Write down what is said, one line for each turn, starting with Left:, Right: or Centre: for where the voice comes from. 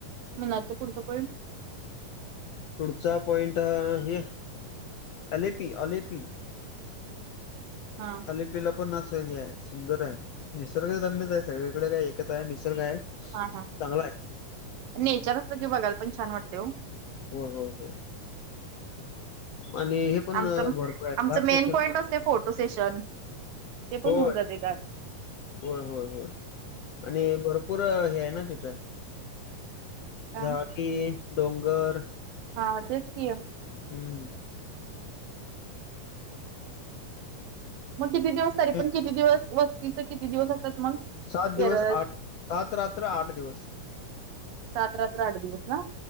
Right: मुनारचा पुढचं पॉईंट?
Left: पुढचा पॉइंट हे अलेपी अलेपी.
Right: हा
Left: लिपिला पण अस ह आहे सुंदर आहे निसर्ग तच आहे सगळीकडे काय एकच आहे निसर्ग आहे
Right: हा हा
Left: चांगला आहे.
Right: नेचर असत की बघायला पण छान वाटते हो
Left: हो हो हो आणि हे पण
Right: आमचं
Left: अ, भरपूर आहे
Right: आमचं
Left: घाट
Right: मेन
Left: सेक्शन
Right: पॉइंट
Left: पण
Right: असते फोटो सेशन ते पण
Left: होय
Right: होऊन जाते
Left: होय होय होय आणि भरपूर हे आहे ना तिथं.
Right: हा
Left: झाटी डोंगर
Right: हा तेच य
Left: हम्म.
Right: मग किती दिवस तरी
Left: हे
Right: पण किती दिवस वस्तीचे किती दिवस असतात मग?
Left: सात
Right: केरळ
Left: दिवस आठ सात रात्र आठ दिवस
Right: सात रात्र आठ दिवस ना?